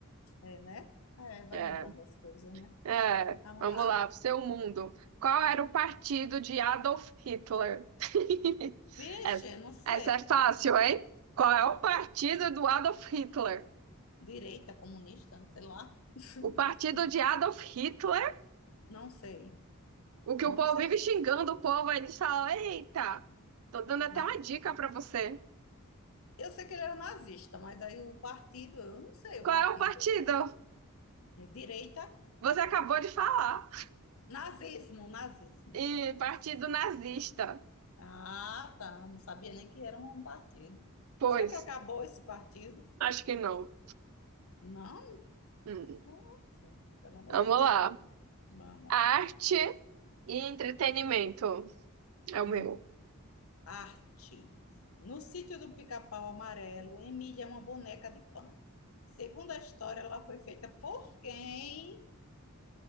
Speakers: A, on the left; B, on the right.
A: É, né? É, vai
B: É,
A: mudando as coisas, né?
B: é,
A: Vamos
B: vamos
A: lá.
B: lá, seu mundo. Qual era o partido de Adolf Hitler? <laughs>
A: Peixe,
B: Essa,
A: não sei.
B: essa é fácil, hein? Qual é o partido do Adolf Hitler?
A: direita, comunista, sei lá. <laughs>
B: O partido de Adolf Hitler,
A: Não sei,
B: o que
A: não
B: o povo
A: sei.
B: vive xingando o povo, aí eles falam: Eita, tô dando até
A: Na-
B: uma dica pra você.
A: Eu sei que ele era nazista, mas aí o partido, eu não sei o
B: Qual
A: partido.
B: é o partido?
A: É direita,
B: Você acabou de falar.
A: nazismo, nazismo,
B: E
A: nazismo.
B: partido nazista.
A: Ah, tá. Não sabia nem que era um partido.
B: Pois,
A: Será que acabou esse partido?
B: acho que não.
A: Não,
B: Hum.
A: nossa, pelo amor
B: Vamos
A: de Deus.
B: lá.
A: Vamos.
B: Arte e entretenimento é o meu.
A: Hum. Arte. No sítio do Pica-Pau Amarelo, Emília é uma boneca de pano. Segundo a história, ela foi feita por quem?